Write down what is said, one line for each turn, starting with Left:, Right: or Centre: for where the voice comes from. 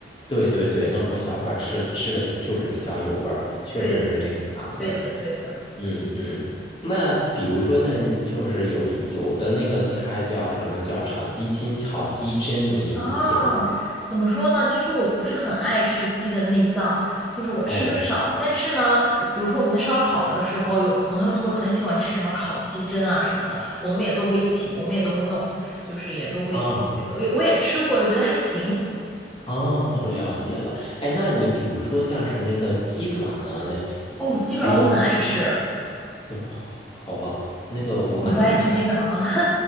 Left: 对对对，弄成小块儿吃，吃的比就是比较有味儿，确实是这个样子。
Centre: 对，对的，对的。
Left: 嗯嗯，那比如说，那就是有有的那个菜叫什么叫炒鸡心、炒鸡胗，你你喜欢吗
Centre: 啊，怎么说呢？其实我不是很爱吃鸡的内脏，就是我吃的少。
Left: 哦，
Centre: 但是呢，我比如说我们在烧烤的时候，有朋友就会很喜欢吃什么烤鸡胗啊什么的，我们也都会一起，我们也都会弄，就是也都会做这个。
Left: 啊
Centre: 我也我也吃过，我觉得还行。
Left: 哦，了解了。哎，那你比如说像是那个鸡爪呢，那也比如说像，
Centre: 哦，鸡爪我很爱吃，
Left: 对好好吧，那个我妈也很爱
Centre: 你不爱吃鸡爪吗？